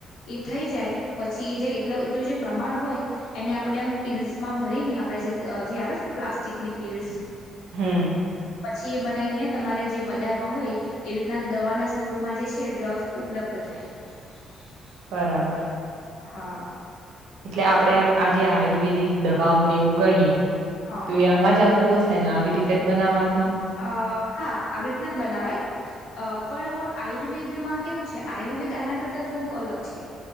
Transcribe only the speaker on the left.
એ થઈ જાય પછી એ જે એટલું એટલું જે પ્રમાણ હોય એને આપણે આમ પીસમાં ભરીને આપણે જે જે આવે છે ને પ્લાસ્ટિકની પીિલ્સ
છી એ બનાવીને તમારે જે બજારમાં હોય એ રીતના દવાના સ્વરૂપમાં જે છે ડ્રગ્સ ઉપલબ્ધ થાય <inaudible>
હા
હા
અ હા આવીીના બનાવાય પણ આયુર્વેદમાં કેવું છે. આયુર્વેદ આના કરતા થોડું અલગ છે.